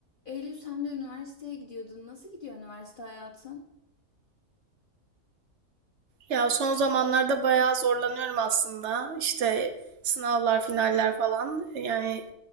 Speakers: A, on the left (about 40°); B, on the right (about 55°).
A: Eylül sen de üniversiteye gidiyordun. Nasıl gidiyor üniversite hayatın?
B: Ya son zamanlarda bayağı zorlanıyorum aslında. İşte sınavlar, finaller falan. Yani